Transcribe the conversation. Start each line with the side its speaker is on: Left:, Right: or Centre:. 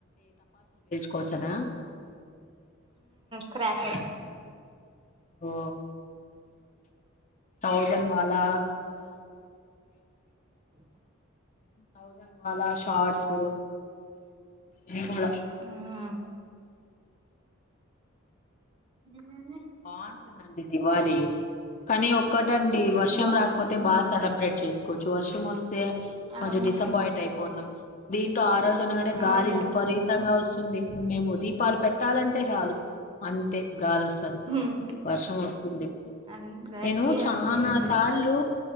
Left: కోచనా
Right: క్రక
Left: ఓ థౌజండ్ వాాలా
Right: ఇకా
Left: థౌజండ్ వాాలా షార్ట్స్ ఇవి కూడా
Right: మ్మ్ ని
Left: వాణంత నం దివాాలి కానీ ఒక్కటండి వర్షం
Right: బా
Left: రాకపోతే బాగా సెలబ్రేట్ చేస్త కూ చు వర్ష మస్తే కొంచెం
Right: అవును
Left: డిసప్పాయింట్ అయిపోతాం దీంట్లో ఆ రోజునగానే గాలి
Right: అవునండి
Left: విపరీతంగా వస్తు ఉంటుంది మేము ఉదయం పాలు పెట్టాలంటే చాలు అంతే గాలి వస్తది
Right: మ్మ్
Left: వర్షం వస్తుంది
Right: అందరికీ
Left: నేను చాలా
Right: అంతే అండి
Left: సార్లు